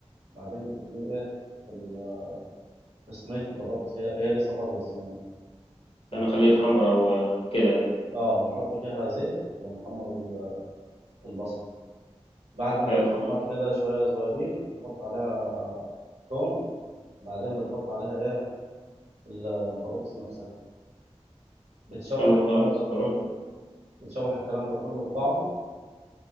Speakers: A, on the right; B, on the left.
A: بعدين بترميه ايه في ال- في صينيه البطاطس هي, هي لسه فاضيه الصينيه بنحط
B: يعني خليه يتحمر او كده يعني
A: اه بنحط فيها زيت ونحمر ال- البصل بعد ما
B: حلو
A: يتحمر
B: خالص
A: كده شويه صغيرين بتحط عليها آه، توم بعدين بتحط عليها ايه ال- البطاطس نفسها بتشوح
B: حلو
A: الكلام
B: خالص
A: ده
B: تمام
A: كله بتشوح الكلام ده كله في بعضه